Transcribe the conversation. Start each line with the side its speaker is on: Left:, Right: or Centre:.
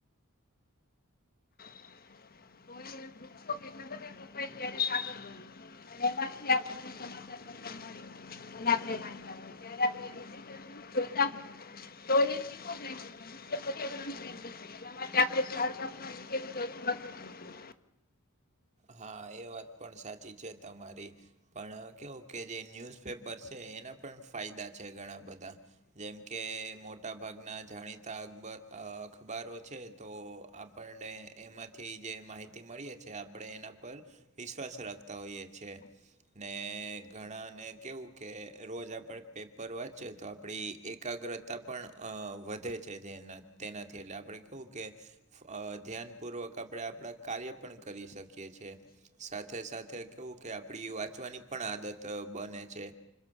Left: કો વૃક્ષો કેટ બધ ક્યારે સાગર બન <unintelligible> <unintelligible> <unintelligible>
Right: હા એ વાત પણ સાચી છે તમારી પણ કેવું કે જે ન્યૂઝપેપર છે એના પણ ફાયદા છે ઘણા બધા જેમ કે મોટા ભાગના જાણીતા અબ અખબારો છે તો આપણને એમાંથી જે માહિતી મળીએ છે આપ આપણે એના પર વિશ્વાસ રાખતા હોઈએ છેએ ને ઘણાને કેવું કે રોજ આપણે પેપર વાંચએ તો આપણી એકાગ્રતા પણ વધે છે જેના તેનાથી એટલે આપણે કવું કે ધ્યાનપૂર્વક આપણે આપણા કાર્ય પણ કરી શકીએ છે સાથે સાથે કેવું કે આપડી વાંચવાની પણ આદત બને છે